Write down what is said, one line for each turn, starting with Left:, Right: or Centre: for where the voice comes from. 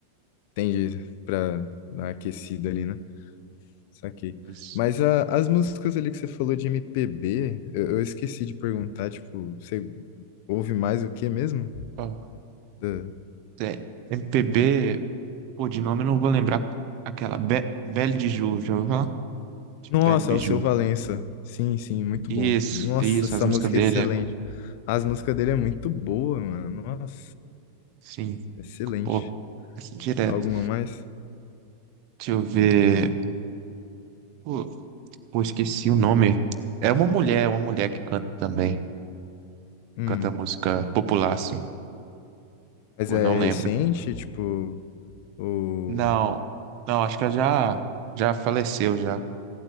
Left: Entendi, pra dar uma aquecida ali, né? Saquei.
Right: Isso.
Left: Mas a- as músicas ali que você falou de MPB, eu, eu esqueci de perguntar, tipo, você ouve mais o que mesmo?
Right: Ó,
Left: Da-
Right: tem MPB, pô, de nome eu não vou lembrar. Aquela Be Belle de Ju, já ouviu falar?
Left: Nossa,
Right: Belle Biju.
Left: o Seu Valença. Sim, sim, muito
Right: Isso,
Left: bom. Nossa,
Right: isso,
Left: essa
Right: as músicas
Left: música
Right: dele
Left: é excelente.
Right: é bom.
Left: As músicas dele é muito boa, mano. Nossa,
Right: Sim,
Left: excelente.
Right: pô, essa é direto.
Left: Alguma mais?
Right: Deixa eu ver. Pô, pô, esqueci o nome. É uma mulher, é uma mulher que canta também.
Left: Hum,
Right: Canta música popular, assim.
Left: mas
Right: Pô,
Left: é
Right: não lembro.
Left: recente, tipo, o...
Right: Não, não, acho que ela já, já faleceu já.